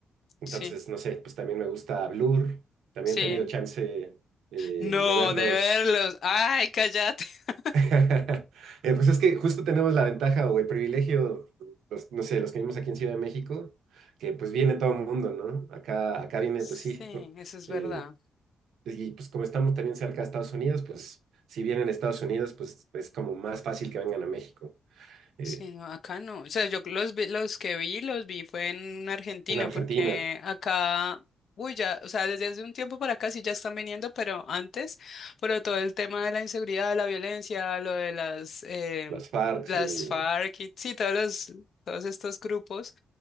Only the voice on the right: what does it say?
Entonces,
no sé, pues también me gusta Blur, también
he tenido chance eh,
de verlos.
<laughs> Eh, pues es que justo tenemos la ventaja o el privilegio, pues, no sé, los que vivimos aquí en Ciudad de México, que pues viene todo el mundo, ¿no? Acá, acá viene,
pues sí, co-
eh,
y pues como estamos también cerca de Estados Unidos, pues si vienen a Estados Unidos, pues es como más fácil que vengan a México. Eh,
en Argentina,
las FARC
y